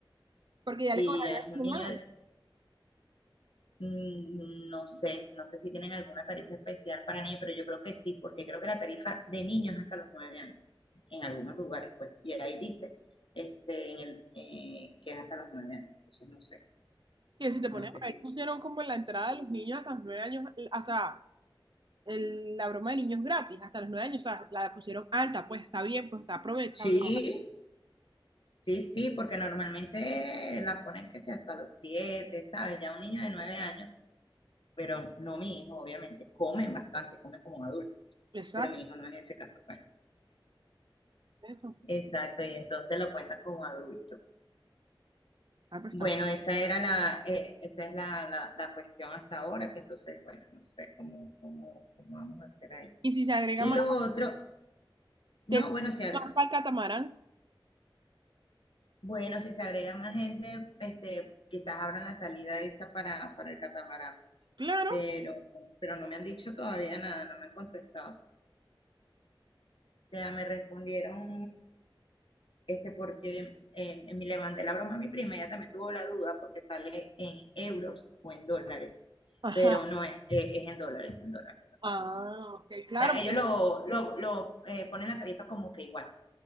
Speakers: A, on the right; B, on the left.
A: porque
B: si
A: ya le cobraría
B: es un
A: un
B: niño,
A: año.
B: mm, no sé, no sé si tienen alguna tarifa especial para niños, pero yo creo que sí, porque creo que la tarifa de niños hasta los nueve años, en algunos lugares, pues, y ahí dice este, en el, eh, que es hasta los nueve años, entonces no sé,
A: Que si te
B: no
A: pones
B: sé
A: a
B: si...
A: ver, pusieron como en la entrada de los niños hasta los nueve años, eh, o sea, el- la broma de niños gratis hasta los nueve años, o sea, la pusieron alta, pues está bien, pues está aprovechable.
B: Sí, sí, sí, porque normalmente la ponen que sea hasta los siete, ¿sabes? Ya un niño de nueve años, pero no mi hijo, obviamente, comen bastante, comen como un adulto,
A: Exacto,
B: pero mi hijo no es ese caso, pues.
A: eso.
B: Exacto, y entonces lo cuentan como adulto.
A: Ah, pero está
B: Bueno,
A: bueno.
B: esa era la, eh, esa es la, la, la cuestión hasta ahora, que entonces, bueno, no sé cómo, cómo, cómo vamos a hacer ahí.
A: Y si se agrega
B: Y
A: más,
B: lo otro, no,
A: te-
B: bueno, si, ag-
A: más para el catamarán,
B: bueno, si se agrega más gente, este, quizás abran la salida esa para, para el catamarán,
A: claro.
B: pero, pero no me han dicho todavía nada, no me han contestado. O sea, me respondieron, este, porque eh, me le mandé la broma a mi prima, ella también tuvo la duda porque sale en euros o en dólares.
A: Ajá.
B: pero no es, es, es en dólares, en dólares.
A: Ah, ok, claro,
B: O sea, ellos
A: pues,
B: lo, lo, lo eh, ponen la tarifa como que igual,